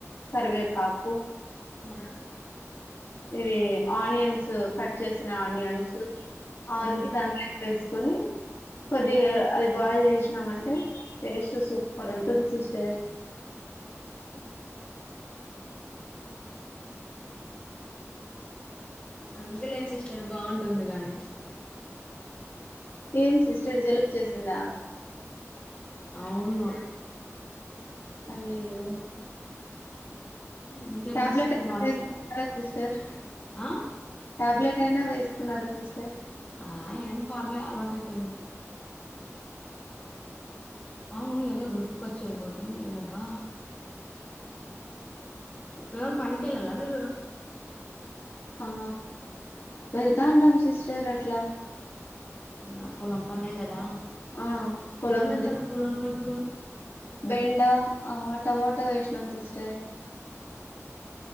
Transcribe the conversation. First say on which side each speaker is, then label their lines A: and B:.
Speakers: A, on the left; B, on the left.
A: కరివేపాకు
B: ఉ
A: ఇవి ఆనియన్స్ కట్ కట్ వచ్చేసిన ఆనియన్స్ అవన్నీ
B: ఉమ్
A: దానిలో వేసుకొని కొద్దిగా అది బాయిల్ చేసినామం అంటే టేస్ట్ సూపర్ ఉంటుంది సిస్టర్
B: అంతేలేంది సిస్టర్ బావుంటుంది గాని
A: ఏం సిస్టర్ జలుబ్ చేసిందా
B: అవును
A: అయ్యాయొ
B: ఇంకేం
A: ట్యాబ్లెటు
B: సిస్టర్
A: ఏమైన
B: వంటలు
A: ఏసుకుంటరా సిస్టర్
B: ఆ
A: టాబ్లెట్ అయినా వేసుకున్నారా సిస్టర్
B: ఆ ఏం పర్లే అలవాట్ అయిపోయింది అవును ఏందో గుర్తుకొచ్చె ఇంగోటి ఏందబ్బా ఇప్పుడేమన్న పనికేళ్ళాలా మీరు
A: ఆ వెళ్తా అంటాం సిస్టర్ అట్లా
B: మ్ నా పొలం పనే గదా
A: ఆ పొలం
B: ఏమేస్తారు పోలంలో ఇప్పుడు
A: బెండా ఆ టొమోటొ వేషినం సిస్టర్